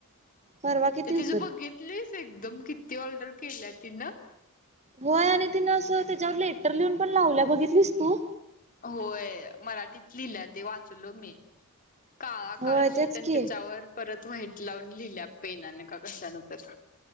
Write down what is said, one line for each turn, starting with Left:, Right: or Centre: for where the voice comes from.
Right: परवा किती
Left: ते
Right: होतं.
Left: तिझं बघित. लीस एकदम किती ऑर्डर केल्या तीन.
Right: होय आणि तिनं असं त्याच्यावर लेटर लिहून पण लावल्या बघितलीस तू.
Left: होय मराठीत लिहिलं ते वाचलो मी. काळा
Right: होय
Left: काळशीेट
Right: तेच
Left: आणि
Right: की
Left: त्याच्यावर परत व्हाईट लावून लिहिल्या पेनाने का कशान तर.